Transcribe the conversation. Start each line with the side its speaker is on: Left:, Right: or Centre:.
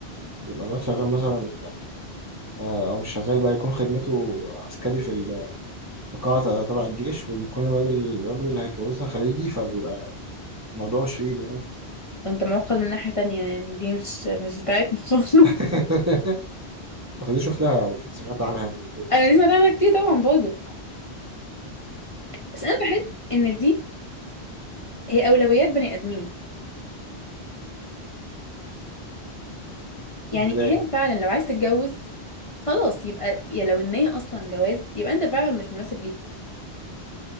Right: يبقى الواد شغال مثلا آه، أو مش شغال بقى يكون خدمته عسكري في ال- في قاعة تبع الجيش وبيكون الواد الراجل اللي هيتجوزها خليجي فبيبقى الموضوع مش في إيده يعني
Left: انت معقد من ناحية تانية يعني دي مش مش بتاعتنا <laughs> خالص
Right: <laughs> فدي شفتها أو سمعت عنها يعني بجد
Left: انا دي سمعت عنها كتير طبعا برضه بس انا بحس ان دي هي اولويات بني ادمين يعني
Right: فإزاي
Left: هي فعلا لو عايز تتجوز خلاص يبقى يا لو ان هي اصلا جواز يبقى انت فعلا مش مناسب ليها